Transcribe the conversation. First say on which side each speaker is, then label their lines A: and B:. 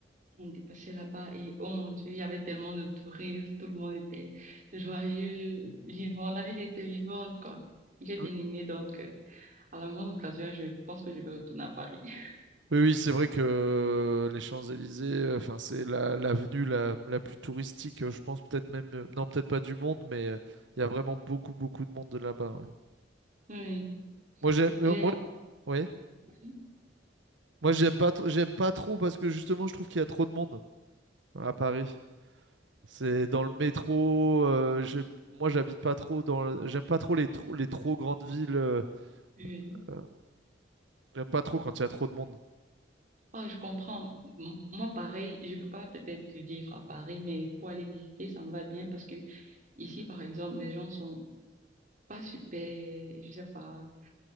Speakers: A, on the right (about 45°); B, on the right (about 85°).
A: On était passé là-bas et oh mon Dieu, il y avait tellement de touristes, tout le monde était joyeux, vivant, la ville était vivante, quoi. J'ai
B: Oui,
A: bien aimé, donc euh, à la moindre occasion, je pense que je vais retourner à Paris. <laughs>
B: oui, oui, c'est vrai que euh, les Champs-Élysées, euh, enfin, c'est la, l'avenue la, la plus touristique, euh, je pense, peut-être même, euh, non, peut-être pas du monde, mais euh, il y a vraiment beaucoup, beaucoup de monde de là-bas. ouais.
A: Oui,
B: Moi, j'ai, mais
A: j'ai...
B: moi, oui.
A: <laughs>
B: Moi, j'aime pas, tr- j'aime pas trop parce que justement, je trouve qu'il y a trop de monde à Paris. C'est dans le métro. euh, j'ai- moi, j'habite pas trop dans. le- J'aime pas trop les trop, les trop grandes villes. euh,
A: Oui.
B: euh, j'aime pas trop quand il y a trop de monde.
A: Oh, je comprends. M- Moi, pareil, je peux pas peut-être vivre à Paris, mais pour aller visiter, ça me va bien parce que ici, par exemple, les gens sont pas super, je sais pas,